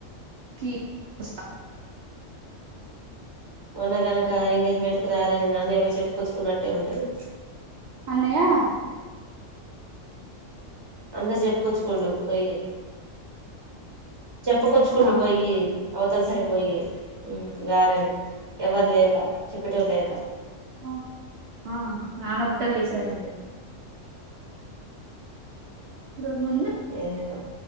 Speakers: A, on the right; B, on the right.
A: కీ వస్తా
B: మొన్నగనక ఎంగేజ్మెంట్ కు రారని అన్నయ్య పోయి చెప్పుకొచ్చుకున్నట్టే ఉంటది
A: న
B: అందరు చెప్పుకొచ్చుకోండు పోయి చెప్పుకొచ్చుకుండు
A: అవునా
B: పోయి అవతల సైడ్ కి పోయి ఉమ్ రారని ఎవరు లేక చెప్పేటోరో లేక
A: ఆ ఆ నాన్న వస్తాడు లే ఈ సారి
B: ఉమ్
A: రోడు ముందే
B: ఏమో